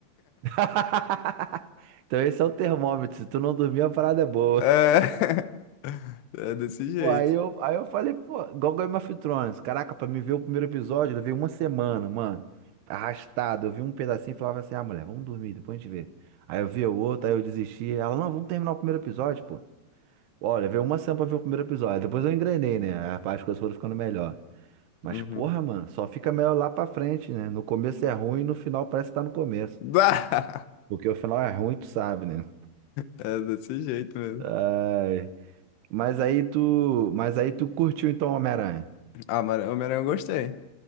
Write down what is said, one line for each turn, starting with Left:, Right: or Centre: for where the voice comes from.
Right: <laughs> Então esse é o termômetro. Se tu não dormir, a parada é boa.
Left: É, <laughs> é desse jeito.
Right: Pô, aí eu, aí eu falei, pô, igual Game of Thrones. Caraca, pra me ver o primeiro episódio, eu levei uma semana, mano. Arrastado. Eu vi um pedacinho e falava assim, ah, mulher, vamos dormir, depois a gente vê. Aí eu vi o outro, aí eu desisti. Ela, não, vamos terminar o primeiro episódio, pô. Olha, veio uma semana pra ver o primeiro episódio. Depois eu engrenei, né? Aí, Rapaz, as coisas foram ficando melhor. Mas,
Left: Uhum.
Right: porra, mano, só fica melhor lá pra frente, né? No começo é ruim, no final parece que tá no começo.
Left: <laughs> Bah!
Right: Porque o final é ruim, tu sabe, né?
Left: É desse jeito mesmo.
Right: Ai. Mas aí tu. Mas aí tu curtiu então Homem-Aranha.
Left: Ah, mano, Homem-Aranha eu gostei.